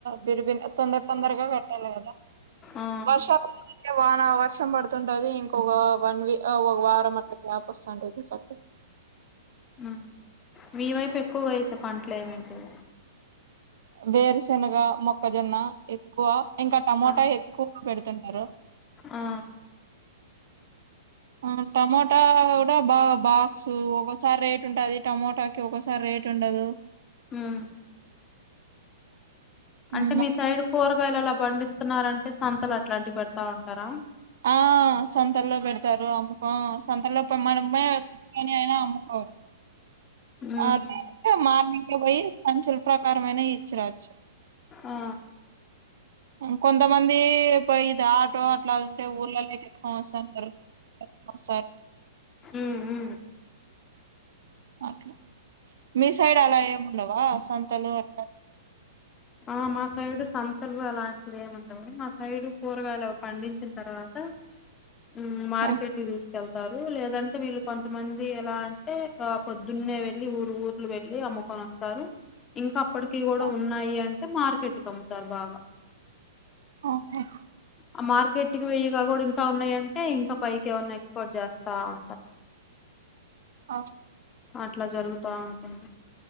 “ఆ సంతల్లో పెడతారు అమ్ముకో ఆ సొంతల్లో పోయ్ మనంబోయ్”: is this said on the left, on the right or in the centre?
Right